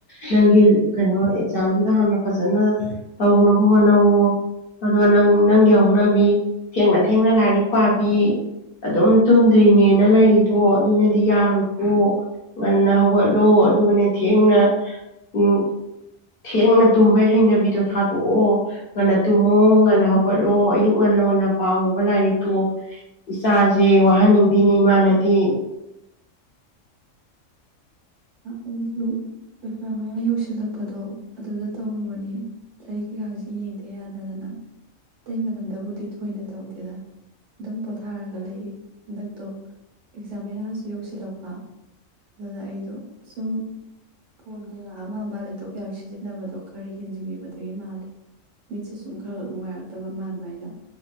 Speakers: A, on the left (about 50°); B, on the right (about 65°).
A: ꯅꯪ ꯀꯩꯅꯣ ꯑꯦꯛꯖꯥꯝꯗꯨꯗ ꯍꯥꯟꯅ ꯐꯖꯅ <unintelligible> ꯑꯗꯣ ꯅꯪ ꯅꯪꯒꯤ ꯍꯧꯅꯕꯤ ꯊꯦꯡꯅ ꯊꯦꯡꯅ ꯂꯥꯏꯔꯤꯛ ꯄꯥꯕꯤ ꯑꯗꯨꯝ ꯇꯨꯝꯗ꯭ꯔꯤꯅꯦꯅ ꯂꯩ ꯇꯣ ꯑꯗꯨꯅꯗꯤ ꯌꯥꯔꯣꯏꯀꯣ ꯉꯟꯅ ꯍꯧꯒꯠꯂꯣ ꯑꯗꯨꯒꯅꯦ ꯊꯦꯡꯅ ꯎꯝ ꯊꯦꯡꯅ ꯇꯨꯝꯕꯩ ꯍꯩꯅꯕꯤꯗꯣ ꯊꯥꯗꯣꯛ ꯑꯣ ꯉꯟꯅ ꯇꯨꯝꯃꯣ ꯉꯟꯅ ꯍꯧꯒꯠ ꯂꯣ ꯑꯌꯨꯛ ꯉꯟꯅ ꯑꯣꯏꯅ ꯄꯥꯎꯑꯣ ꯕ ꯂꯥꯏꯔꯤꯛꯇꯣ ꯏꯁꯥꯁꯦ ꯋꯥꯍꯟꯅꯤꯡꯗꯦꯅꯦ ꯏꯃꯥꯅꯦ ꯇ
B: ꯑꯩꯁꯨ ꯑꯦꯛꯖꯥꯝ ꯃꯌꯥ ꯌꯧꯁꯤꯜꯂꯛꯄꯗꯣ ꯑꯗꯨꯗ ꯇꯧꯔꯨ ꯇꯅꯤ ꯂꯩꯛ ꯀꯩꯀꯁꯤ ꯌꯦꯡꯗꯦ ꯌꯥꯗꯗꯅ ꯑꯇꯩ ꯃꯇꯝꯗꯕꯨꯗꯤ ꯊꯣꯏꯅ ꯇꯧꯗꯦꯗ ꯑꯗꯨꯝ ꯄꯣꯊꯥꯔꯒ ꯂꯩ ꯍꯟꯗꯛꯇꯣ ꯑꯦꯛꯖꯥꯝ ꯃꯌꯥꯁꯨ ꯌꯧꯁꯤꯜꯂꯛꯄ ꯑꯗꯨꯅ ꯑꯩꯗꯣ ꯁꯨꯝ ꯐꯣꯟ ꯀꯌꯥ ꯑꯃ ꯑꯃ ꯂꯦꯞꯇꯣꯞ ꯀꯌꯥ ꯁꯤꯖꯤꯟꯅꯕꯗꯣ ꯈꯔ ꯍꯦꯟꯖꯤꯟꯤꯕꯗꯒꯤ ꯃꯥꯜꯂꯤꯦ ꯃꯤꯠꯁꯦ ꯁꯨꯝ ꯈꯔ ꯅꯨꯡꯉꯥꯏꯔꯛꯇꯕ ꯃꯥꯟꯕ ꯑꯩꯅ